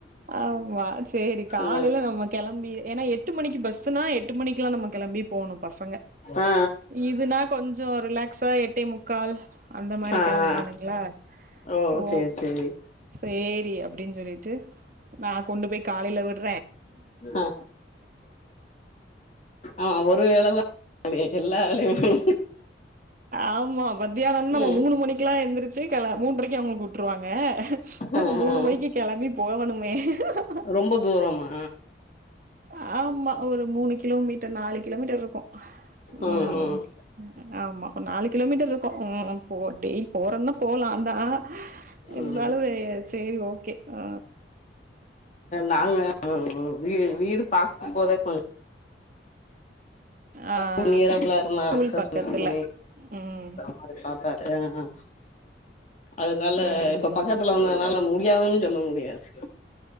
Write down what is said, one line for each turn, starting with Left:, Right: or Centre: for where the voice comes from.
Right: ஆமா சேரி காலேல
Left: ஆ
Right: நம்ம கெளம்பி ஏன்னா எட்டு மணிக்கு பஸ்ஸுனா எட்டு மணிக்லா நம்ம கெளம்பி போணு பசங்க
Left: ஆ
Right: இதுனா கொஞ்சோ ரிலாக்ஸா எட்டே முக்கால் அந்த மாரி
Left: ஆ ஆ
Right: கிளம்புவானுங்ளா
Left: ஓ
Right: சோ
Left: சேரி சேரி
Right: சேரி அப்டின்னு சொல்லிட்டு நா கொண்டு போய் காலேல விட்
Left: ஆ ஆ ஒரு வேளவ் அ எல்லா வேலயும்மே
Right: ஆமா மத்தியானம் நம்
Left: ம்
Right: மூனு மணிக்கு எல்லா எந்துருச்சு கில மூன்றரைக்கு அவுங்களுக்கு விட்ருவாங்க
Left: ஆ
Right: ம் மூனு
Left: ஆ
Right: மணிக்கு கெளம்பி போகணும் உ
Left: ரொம்ப தூரமா
Right: <unintelligible> ஆமா ஒரு மூனு கிலோமீட்டர் நாளைக்கு கிலோமீட்டர் இருக்கு
Left: உம்
Right: ம்
Left: உம்
Right: ஆமா ஒரு நாலு கிலோமீட்டர் இருக்கு ம் போடெய் போறன்னா போலா அதா ஆ இருந்தாலும்
Left: ம்
Right: வே சேரி ஓகே ஆ
Left: நாங்க வீ வீடு பாக்கும் போதே கொஞ்ச
Right: ஆ
Left: குண்ணீரப்பலாம் இருந்தா
Right: ஸ்கூல்
Left: சஸ்மிக்கு
Right: பக்கத்துல
Left: மு
Right: ம்
Left: மாதிரி பார்த்தாரு <unintelligible> அதனால
Right: ம்
Left: இப்ப பக்கத்துல வந்ததுனால முடியாமன் சொல்ல முடியாது